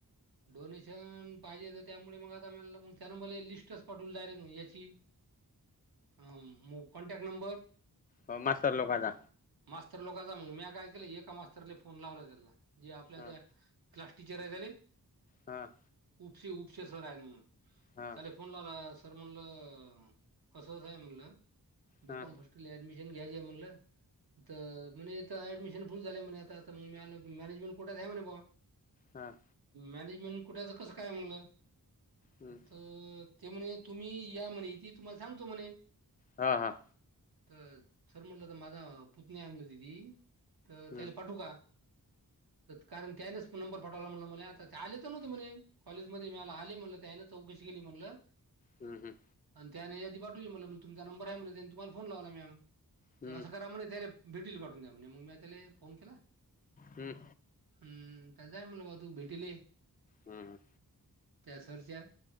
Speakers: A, on the right; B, on the left.
A: डोनेशन पाहिजे तर त्यामुळे मग आता म मग त्यान मला लिस्टच पाठवल डायरेक्ट याची ह म कॉन्टॅक्ट नंबर.
B: हो मास्टर लोकांचा
A: मास्तर लोकांचा मग म्या काय केलं एका मास्तरले फोन लावला त्याला जे आपल्या
B: हा
A: त्या क्लास टीचर आहे का नई.
B: हां.
A: उपशी उपशे सर आहेल.
B: हा
A: फोनलाला सर म्हणलं असहसाय म्हणलं बिकॉम.
B: हा
A: तुले ऍडमिशन घ्यायचे म्हलं तर म्हणे इथ ऍडमिशन फुल झालं म्हणे आता आता मग म मॅनेजमेंट कोुठच आहे म्हणे बा.
B: हां.
A: मॅनेजमेंट कुठ्याचं कसं काय म्हणलं.
B: हम्म.
A: तर ते म्हणे तुम्ही या म्हणे इथे तुम्हाला सांगतो म्हणे.
B: हा हां.
A: तर सर म्हटलं तर माझा पुतन्या नाही आलं दिदी तर
B: हम्म
A: त्याला पाठव का? कारण त्यानेच नंबर पाठवला मला मने म्हटलं मला आता ते आलेच नव्हते म्हणे. कॉलेजमध्ये मळाला आले म्हणलं त्यान चौकशी केली म्हणलं.
B: हम् हम्.
A: आणि त्याने यादी पाठवली म्हणलं म तुमचा नंबर आहे द्या म्हणले त्यानी तुम्हाला फोन लावला म्या
B: हम्म
A: तर असं करा म्हणे त्याला भेटीस पाठून द्या म्हणे मग म्या त्याले फोन केला.
B: हम्म.
A: हम्म का जाय म्हणलं तू भेटील ये.
B: हम् ह.
A: त्यासरच्या